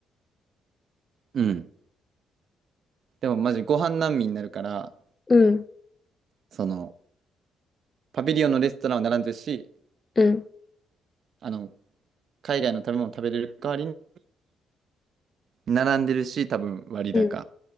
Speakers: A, on the right (about 60°); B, on the left (about 25°).
A: へん。うん。でもマジご飯難民になるから、
B: うん、
A: その、パビリオンのレストランは並んでるし、
B: うん、
A: あの、海外の食べ物食べれる代わりに、並んでるし、多分割高。
B: うん。